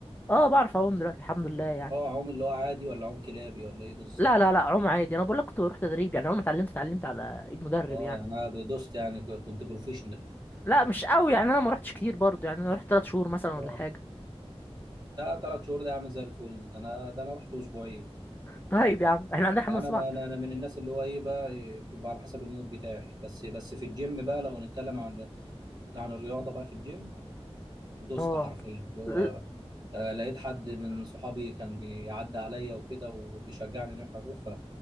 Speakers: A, on the left; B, on the right.
A: اه بعرف اعوم دلوقتي الحمد لله يعني
B: اه عوم اللي هو عادي ولا عوم كلابي ولا ايه بالظبط
A: لا لا لا اعوم عادي انا بقول لك كنت بروح تدريب يعني اول ما اتعلمت اتعلمت على ايد مدرب
B: اه
A: يعني
B: يعني انا دوست يعني ك- كنت بروفيشنال
A: لا مش قوي يعني انا ما رحتش كتير برضه يعني انا رحت 3 شهور مثلا
B: اه
A: ولا حاجه
B: ده ثلاث شهور ده عامل زي الفل ده انا ده انا رحت اسبوعين
A: <laughs> طيب يا عم احنا عندنا حمام
B: انا
A: سباحه
B: ما انا أنا من الناس اللي هو ايه بقى إيه، بتبقى على حسب المود بتاعي بس بس في الجيم بقى لو هنتكلم عن عن الرياضه بقى في الجيم دوست
A: اه
B: حرفيا اللي هو
A: ل-
B: آه لقيت حد من صحابي كان بيعدي عليا وكده وبيشجعني ان احنا نروح ف